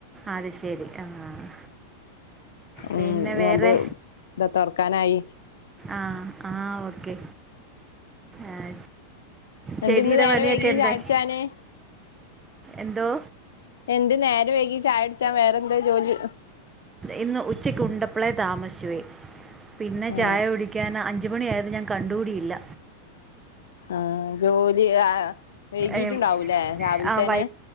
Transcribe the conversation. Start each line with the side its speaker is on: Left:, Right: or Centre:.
Right: അത് ശരി ആഹ് പിന്നെ
Left: ഉ ഉം നോമ്പ്
Right: വേറെ
Left: ഇതാ തുറക്കാനായി
Right: ആഹ് ആഹ് ഓക്കെ ആഹ് ചെടിയുടെ
Left: എന്തിന്ന് നേരം
Right: പണിയൊക്കെ
Left: വൈകി
Right: എന്തായി
Left: ചായുടിച്ചാന്
Right: എന്തോ
Left: എന്തേ നേരം വൈകി ചായ കുടിച്ച വേറെന്താ ജോലി
Right: ഇന്ന് ഉച്ചക്കുണ്ടപ്പളെ താമസിചുപോയ് പിന്നെ
Left: ആ
Right: ചായ കുടിക്കാൻ അഞ് അഞ്ചുമണിയായത് ഞാൻ കണ്ടുകൂടിയില്ല
Left: ആഹ് ജോലി ആഹ് വൈകിട്ടുണ്ടാവൂല്ലേ
Right: ഏഹ്
Left: രാവിലത്തേനെ
Right: ആഹ്